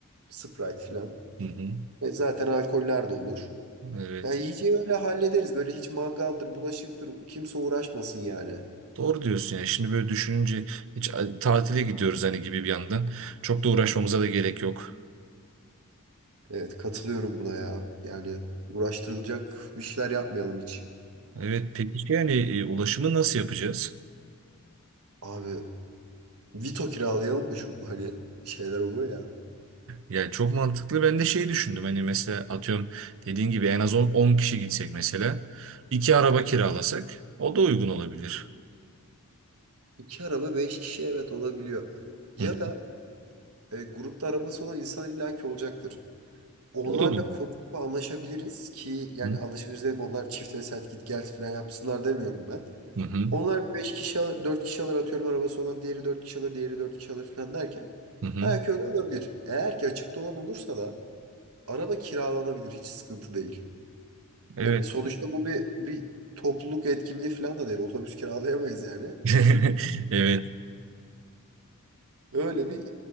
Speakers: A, on the right; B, on the right.
A: Sprite filan.
B: Hı hı.
A: E zaten alkoller de olur.
B: Evet.
A: Ya iyice öyle hallederiz. Böyle hiç mangaldır, bulaşıktır. Kimse uğraşmasın yani.
B: Doğru diyorsun yani şimdi böyle düşününce hiç a- tatile gidiyoruz hani gibi bir yandan. Çok da uğraşmamıza da gerek yok.
A: Evet katılıyorum buna ya. Yani uğraştırılacak bir şeyler yapmayalım hiç.
B: Evet peki yani e, ulaşımı nasıl yapacağız?
A: Abi Vito kiralayalım mı şu hani şeyler oluyor ya.
B: Yani çok mantıklı. Ben de şey düşündüm. Hani mesela atıyorum dediğin gibi en az 10 kişi gitsek mesela. iki araba kiralasak o da uygun olabilir.
A: İki araba beş kişi evet olabiliyor. Ya
B: Hı hı.
A: da e, grupta arabası olan insan illaki olacaktır. Onlarla
B: O da bu.
A: konuşup anlaşabiliriz ki yani
B: Hı
A: anlaşabiliriz dedim onlar çift ve set git gel falan yapsınlar demiyorum ben.
B: hı.
A: Onlar 5 kişi alır, 4 kişi alır atıyorum arabası olan diğeri 4 kişi alır, diğeri 4 kişi alır falan derken
B: Hı hı.
A: belki öyle olabilir. Eğer ki açıkta olan olursa da araba kiralanabilir hiç sıkıntı değil.
B: Evet.
A: Yani sonuçta bu bir bir topluluk etkinliği falan da değil. Otobüs kiralayamayız yani.
B: <laughs> Evet.
A: Öyle bir